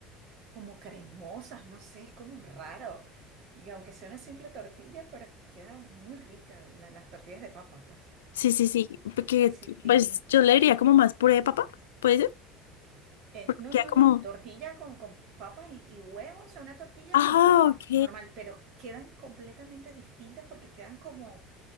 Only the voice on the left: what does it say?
Sí, sí, sí, porque
pues yo le diría como más puré de papa, ¿puede ser?
Porque
queda
como,
ah,
ok,